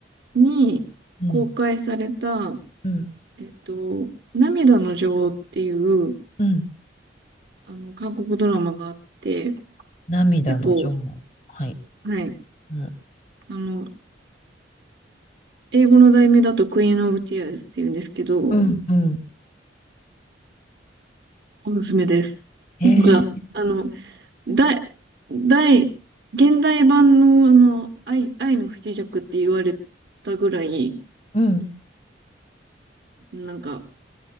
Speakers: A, on the right; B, on the left.
A: に公開された、
B: うん、うん、
A: えっと、涙の女王っていう、
B: うん。
A: あの、韓国ドラマがあって、
B: 涙の女王。
A: 結構、
B: はい。
A: はい、
B: うん、
A: あの、英語の題名だとクイーン・オブ・ティアーズっていうんですけど、
B: うん、うん。
A: おすすめです。
B: へえ、
A: なんか、あの、大、大、現代版の、あの、愛、愛の不時着って言われたぐらい、
B: うん。
A: なんか、